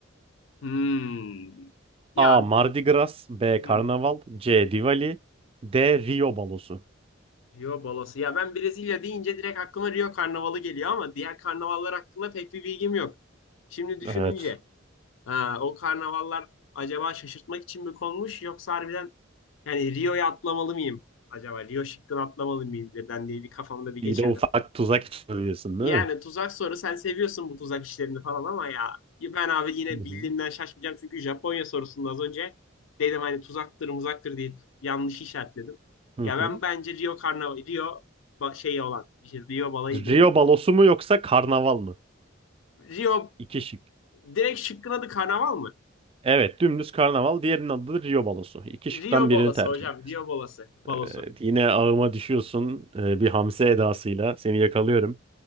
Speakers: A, on the left; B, on the right.
A: Hmm. Ya
B: A. Mardi Gras B. Karnaval
A: hmm.
B: C. Diwali D. Rio balosu.
A: Rio balası. Ya ben Brezilya deyince direkt aklıma Rio Karnavalı geliyor ama diğer karnavallar hakkında pek bir bilgim yok. Şimdi düşününce
B: Evet.
A: ha, o karnavallar acaba şaşırtmak için mi konmuş yoksa harbiden yani Rio'ya atlamalı mıyım? Acaba Rio şıkkını atlamalı mıyım diye ben de bir kafamda bir
B: Bir
A: geçirdim.
B: de ufak tuzak içeriyorsun değil
A: Yani
B: mi?
A: tuzak soru sen seviyorsun bu tuzak işlerini falan ama ya ben abi yine
B: Hı hı.
A: bildiğimden şaşmayacağım çünkü Japonya sorusunda az önce dedim hani tuzaktır muzaktır deyip yanlış işaretledim.
B: Hı
A: Ya ben
B: hı.
A: bence Rio Karnaval Rio ba- şey olan bir şey Rio balayı neydi?
B: Rio balosu mu yoksa karnaval mı?
A: Rio
B: İki şık.
A: direkt şıkkın adı karnaval mı?
B: Evet dümdüz karnaval. Diğerinin adı da Rio balosu. İki şıktan
A: Rio
B: birini
A: balası
B: tercih
A: hocam
B: edeceksin.
A: Rio balası balosu.
B: Evet yine ağıma düşüyorsun e, bir hamse edasıyla. Seni yakalıyorum.